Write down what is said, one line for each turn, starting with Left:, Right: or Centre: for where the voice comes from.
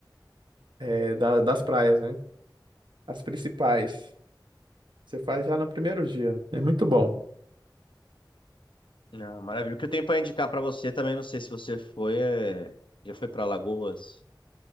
Right: é, da- das praias, né? As principais. Você faz já no primeiro dia. É muito bom.
Left: Não, maravilha. O que eu tenho pra indicar pra você também, não sei se você foi, é... já foi pra Lagoas?